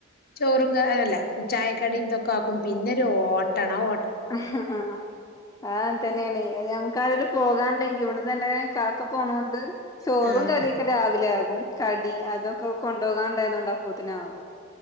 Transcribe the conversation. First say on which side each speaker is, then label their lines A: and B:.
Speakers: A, on the left (about 50°); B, on the left (about 15°).
A: ചോറും ക അല്ല ചായക്കടിംതൊക്കെ ആക്കും പിന്നൊരു ഓട്ടണ് ആഓ
B: ഹഹഹാ ആ ങ്ങനെതന്നെയാണെ ഞമ്മക്കാരെലും പോകാണ്ടെങ്കി ഇവിട്ന്നെന്നെ കാക്ക പോണൊണ്ട് ചോറും
A: ആഹ്
B: കറിയൊക്കെ രാവിലെ ആകും കടി അതൊക്കെ കൊണ്ടോകാണ്ടായതോണ്ട് അപ്പോതിനാകും